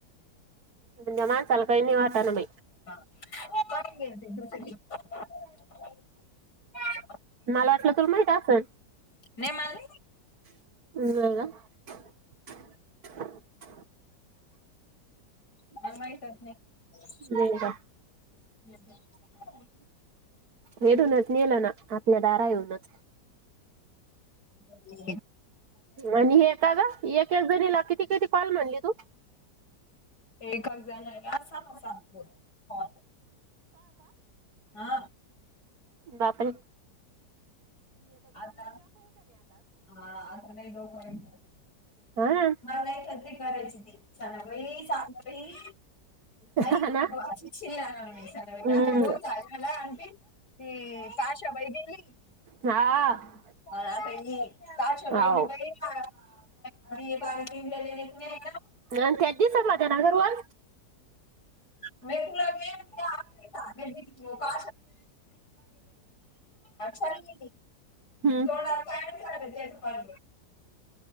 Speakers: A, on the right; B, on the left.
A: त्या माणसाला काय वाटतं ना.
B: <unintelligible>
A: मला वाटलं तु माहित असले
B: नाहीे मल
A: <unintelligible>
B: मला माहित नाही
A: नाही का
B: ह
A: नेडूनच नेलं ना आपल्या दारा येऊनच
B: ह
A: आणि हेखदा एक जणीला किती किती कॉल म्हनली तू
B: एक जण स सहा कॉल हा
A: बापर!
B: आता हा आता नाही डोकमेंट.
A: हा ना
B: मला नाही खत्री करायची ती सणाही चांगही. आई
A: हा ना
B: आता
A: हम्म
B: बोलत आ मला आंटी. हम्म काशा वै गेली.
A: हा
B: ता काश वईी
A: हो
B: बई पाणी पिनलेले नाही.
A: न तेज दिवस माझ्याना कररवा.
B: ह म तुलागे टगेट का अच्छ थोडा
A: हम्म
B: कायम झाचाले तेेत प